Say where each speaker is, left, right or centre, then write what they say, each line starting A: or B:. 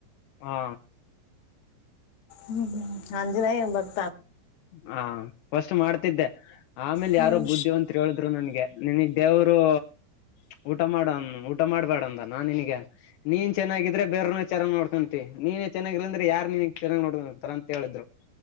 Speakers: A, on the left (about 75°); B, on the left (about 65°).
A: ಹಾ.
B: ಹ್ಮ್ ಹ್ಮ್ ಆಂಜನೇಯನ ಬಕ್
A: ಹಾ ಫಸ್ಟ್ ಮಾಡ್ತಿದ್ದೆ ಆಮೇಲೆ
B: ಹ್ಮ್
A: ಯಾರೋ ಬುದ್ಧಿವಂತ್ರ ಹೇಳಿದ್ರು ನನ್ಗೆ ನಿನಗ್ ದೇವರು. ಊಟ ಮಾಡಣ ಊಟ ಮಾಡ್ಬೇಡಂದ ನೀನಗ ನೀನ್ ಚೆನ್ನಾಗಿದ್ರೆ ಬೇರನ ಚೆನ್ನಾಗ್ ನೋಡ್ಕೊಂತಿ ನೀನೇ ಚೆನ್ನಾಗಿಲಂದ್ರೆ ಯಾರಾರ್ ನೀಿನಗ್ ಚೆನ್ನಾಗ್ ನೋಡ್ಕೊಂತಾರ ಅಂತ ಹೇಳಿದ್ರು